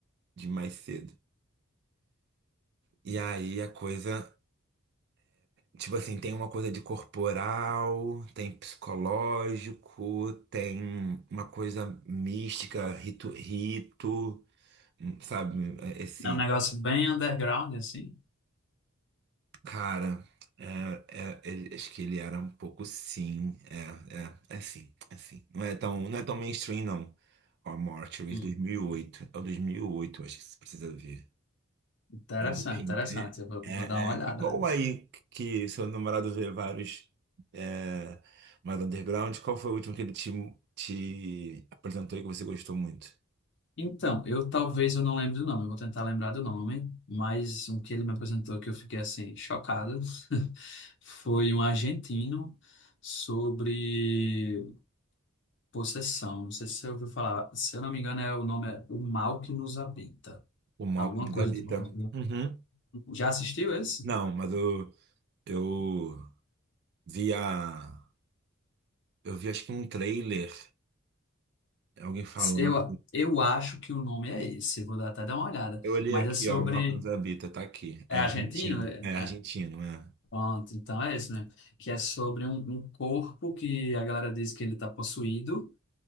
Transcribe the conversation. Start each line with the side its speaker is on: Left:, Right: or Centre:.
Right: de mais cedo. E aí a coisa. Tipo assim, tem uma coisa de corporal, tem psicológico, tem uma coisa mística, rito, rito, hum, sabe? É, Esse
Left: É um negócio bem underground, assim.
Right: cara, é, é, ele- acho que ele era um pouco sim, é, é, é sim, é sim. Não é tão, não é tão mainstream, não. Ó, Mortuary,
Left: Hum,
Right: 2008, é o 2008, acho que você precisa ver.
Left: Interessante,
Right: Mas enfim,
Left: interessante.
Right: é,
Left: Eu vou,
Right: é,
Left: vou dar uma olhada.
Right: é. E qual aí que seu namorado vê vários é, mais underground? Qual foi o último que ele te, te apresentou e que você gostou muito?
Left: Então, eu talvez eu não lembre do nome, eu vou tentar lembrar do nome, mas um que ele me apresentou que eu fiquei assim chocado <laughs> foi um argentino sobre possessão. Não sei se você ouviu falar, se eu não me engano, é o nome é O Mal que Nos Habita,
Right: O Malcolm
Left: alguma
Right: nos
Left: coisa
Right: habita.
Left: do nome.
Right: Uhum.
Left: Já assistiu esse?
Right: Não, mas eu, eu vi a. Eu vi acho que um trailer, alguém falando.
Left: Eu, eu acho que o nome é esse, vou dar- até dar uma olhada,
Right: Eu olhei
Left: mas
Right: aqui,
Left: é sobre.
Right: ó, o Malcolm nos habita, tá aqui.
Left: É
Right: É
Left: argentino?
Right: argentino. É
Left: É,
Right: argentino, é.
Left: Pronto, então é isso, né? Que é sobre um, um corpo que a galera diz que ele está possuído